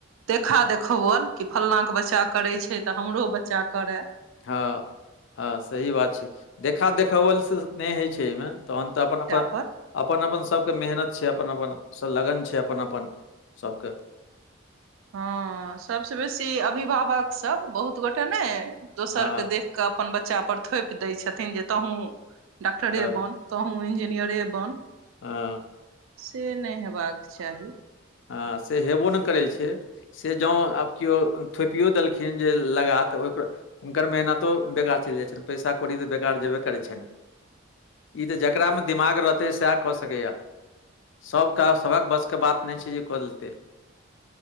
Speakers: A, on the right; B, on the left.
A: देखा-देखौवल कि फंला के बच्चा करै छै तऽ, हमरो बच्चा करेंऽ।
B: हँ-हँ सही बात छै, देखा-देखौवल से नहि होइ छै एहिमे तहन तऽ अपन-अपन
A: तै पर
B: अपन-अपन सबके मेहनत छै, अपन-अपन स लगन छै, अपन-अपन सबके
A: हँ सबसँ बेसी अभिभावकसब बहुत गोटे नहि दोसरके
B: हँ
A: देख कऽ अपन बच्चापर थोपि दै छथिन, जे तहूँ डॉक्टरे
B: हँ
A: बन तहूँ इंजीनियरे बन,
B: हँ
A: से नहि हेबाक चाही।
B: अ से हेबो नहि करै छै। से जौं आब कियो थोपियो देलखिन जे लगा तऽ ओइक हुनकर मेहनतो बेकार चलि जाइ छनि, पैसा कौड़ी तऽ बेकार जेबे करै छनि। ई त जकरामे दिमाग रहतै, सएह कऽ सकैया। सबकाज सबक बसके बात नहि छै जे कऽ लेतै।